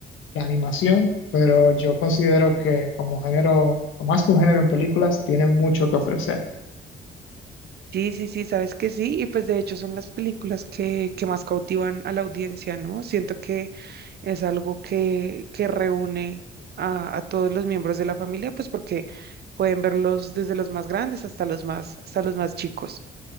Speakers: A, on the left; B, on the right.
A: la animación, pero yo considero que como género, o más que un género en películas, tienen mucho que ofrecer.
B: Sí, sí, sí, sabes que sí, y pues de hecho son las películas que, que más cautivan a la audiencia, ¿no? Siento que es algo que, que reúne a, a todos los miembros de la familia, pues porque pueden verlos desde los más grandes hasta los más, hasta los más chicos.